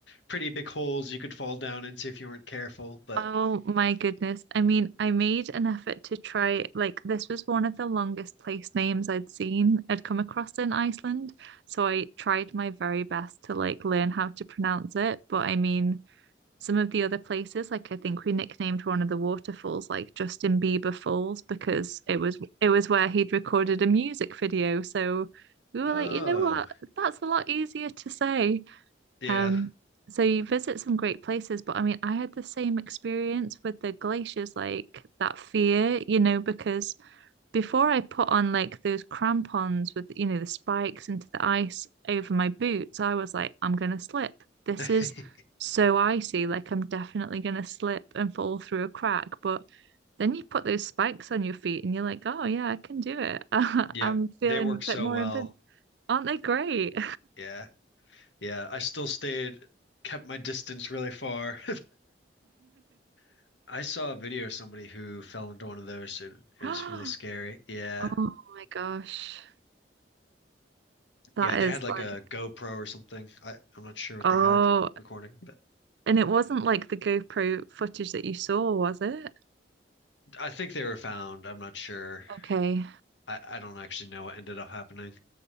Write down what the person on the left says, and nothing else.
pretty big holes you could fall down into if you weren't careful. But
uh
yeah.
<laughs>
Yep.
They work
so
well.
Yeah. Yeah. I still stayed, kept my distance really far. <laughs> I saw a video of somebody who fell into one of those and
it was really scary. Yeah.
Yeah, they
had like
a GoPro or something. I, I'm not sure what
they had recording,
I think they were found. I'm not sure.
I, I don't actually know what ended up happening.